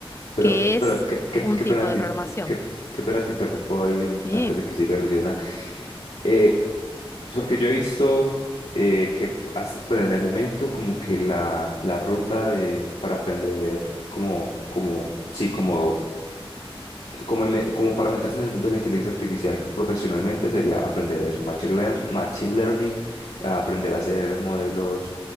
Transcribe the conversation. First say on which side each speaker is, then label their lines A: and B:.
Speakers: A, on the left (about 85°); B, on the left (about 25°).
A: pero,
B: que es
A: pero qué, qué,
B: un
A: qué
B: tipo
A: pena
B: de
A: te,
B: programación.
A: in- qué, qué pena te interrumpo ahí don-
B: Sí,
A: antes de que siga Luciana. Eh, porque yo he visto eh, que has- bueno, en el momento como que la, la ruta de, para aprender como, como, sí, como como, en me- como para meterse en el mundo de la inteligencia artificial profesionalmente sería aprender eso, machine learn- machine learning, a aprender a hacer modelos